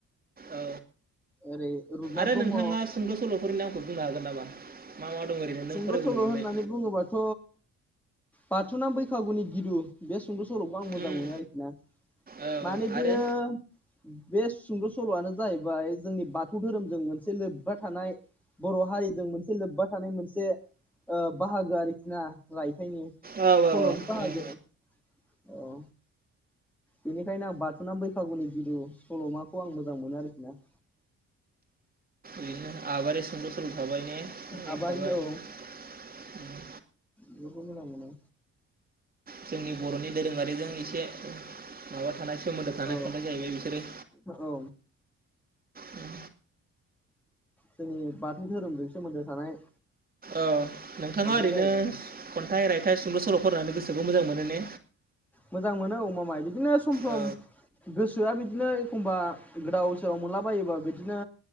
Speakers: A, on the right; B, in the centre.
A: औ
B: ओरै रुपनाथ
A: आरो
B: ब्रह्म
A: नोंथांआ सुंद' सल'फोरनि नामखौ बुंनो हागोन नामा? मा मा दं ओरैनो नों
B: सुंद'
A: फरायबोनो
B: सल'
A: मोननाय
B: होननानै बुङोबाथ' बाथुनाम बैखागुनि गिदु बे सुंद' सल'खौ आं मोजां
A: उम
B: मोनो आरोखि ना
A: औ
B: माने
A: आरो
B: बेयो बे सुंद' सल'आनो जाहयैबाय जोंनि बाथौ धोरोमजों मोनसे लोब्बा थानाय बर' हारिजों मोनसे लोब्बा थानाय मोनसे ओ बाहागो आरोखि ना राइथ खन्थाइनि
A: औ औ
B: सल'नि बाहागो
A: उम
B: औ बिनिखायनो आं बाथुनाम बैखागुनि गिदु सल'माखौ आं मोजां मोनो आरोखि ना
A: उम आबारि सुंद' सल' थाबाय ने
B: आबारि
A: इथाबाय
B: औ
A: उम
B: बेफोरखौ मोजां मोनो
A: जोंनि बर'नि दोरोंआरिजों एसे माबा थानाय सोमोन्दो थानाय
B: औ
A: खन्थाइ जाहैबाय बिसोरो
B: औ
A: उम
B: जोंनि बाथौ धोरोमजों सोमोन्दो थानाय
A: औ नोंथांआ
B: खन्थाइ
A: ओरैनो
B: जाहैबाय
A: खन्थाइ राय थाइ सुंद' सल' फरायनानै गोसोखौ मोजां मोनो ने?
B: मोजां मोनो औ मामाय बिदिनो सम सम
A: औ
B: गोसोआ बिदि बिदिनो एखमबा गोदाव सोराव मोनलाबायोबा बिदिनो